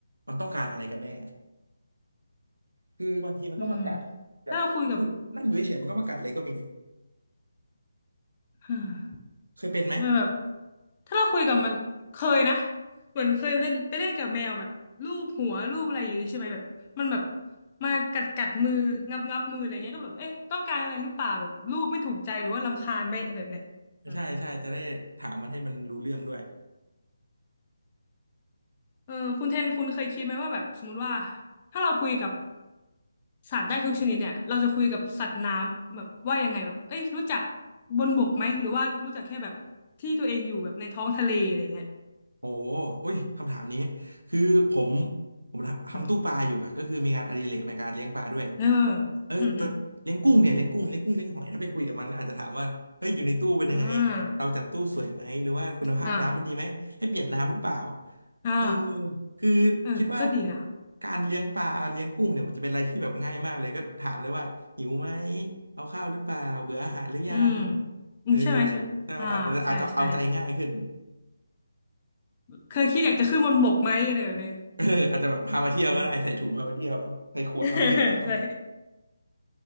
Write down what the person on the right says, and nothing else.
มันต้องการอะไรกันแน่คือบางทีมันก็มากัดแบบนั่งนั่งอยู่เฉยๆมันก็มากัดเลยก็มี
เคยเป็นไหม
ใช่ใช่จะได้ถามมันให้มันรู้เรื่องด้วย
โอ้อุ้ยคำถามนี้คือผมผมทำตู้ปลาอยู่อะก็คือมีงานอดิเรกในการเลี้ยงปลาด้วย
เออแต่เลี้ยงกุ้งเนี่ยเลี้ยงกุ้งเลี้ยงกุ้งเลี้ยงหอยถ้าไปคุยกับมันก็อาจจะถามว่าเฮ้ยอยู่ในตู้เป็นยังไง
เราจัดตู้สวยไหมหรือว่าคุณภาพน้ำมันดีไหมให้เปลี่ยนน้ำหรือเปล่า
เออคือคิดว่า
การเลี้ยงปลาเลี้ยงกุ้งเนี่ยมันจะเป็นอะไรที่แบบง่ายมากเลยก็ถามเลยว่าหิวไหมเอาข้าวหรือเปล่าเบื่ออาหารหรือยัง
เออถ้ามันเอามันจะอาจจะเอาใจง่ายขึ้น
<laughs> เอออาจจะแบบพามาเที่ยวก็ได้ใส่ถุงพามาเที่ยวใส่ขวดพามาเที่ยวข้างนอก